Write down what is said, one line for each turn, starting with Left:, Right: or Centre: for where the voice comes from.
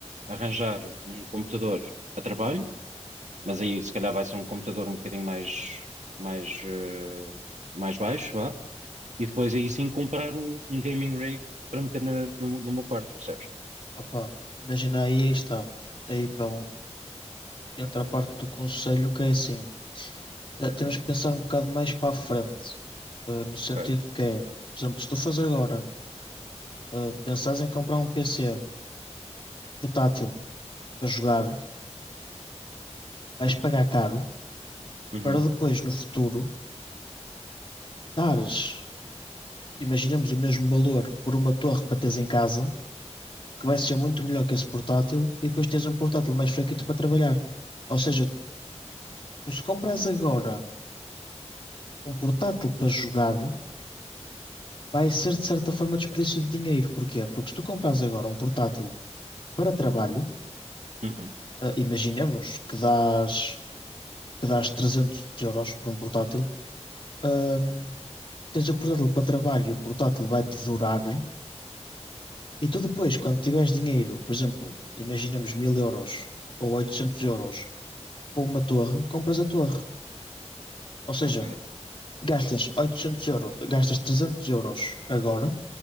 Right: arranjar um computador para trabalho Mas aí se calhar vai ser um computador um bocadinho mais, mais, eh, mais baixo, vá. E depois aí sim comprar um, um gaming rig para meter na- no, no meu quarto, percebes?
Left: Opa, imagina aí, aí está. Aí, pá, um- entra a parte do conselho que é assim. eh, temos que pensar um bocado mais para a frente. eh, no sentido
Right: Ok.
Left: que é, por exemplo, se tu fazes agora, eh, pensares em comprar um PC portátil para jogar, vais pagar caro.
Right: Uhum,
Left: para depois, no futuro, dares, imaginemos o mesmo valor por uma torre para teres em casa, que vai ser muito melhor que esse portátil, e depois tens um portátil mais fraquito para trabalhar. Ou seja, tu se compras agora um portátil para jogar, vai ser de certa forma desperdício de dinheiro. Porquê? Porque se tu compras agora um portátil para trabalho,
Right: uhum,
Left: ah, imaginemos que dás, que dás 300 euros por um portátil, ah, tens o portátil para trabalho e o portátil vai-te durar E tu depois, quando tiveres dinheiro, por exemplo, imaginamos mil euros ou 800 euros para uma torre, compras a torre. Ou seja,
Right: ok.
Left: gastas 800 euros, gastas 300 euros agora